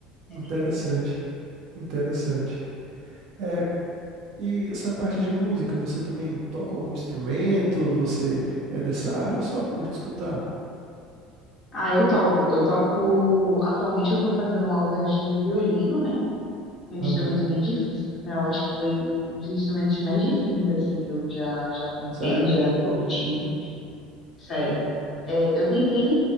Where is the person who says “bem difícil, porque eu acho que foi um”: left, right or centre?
Left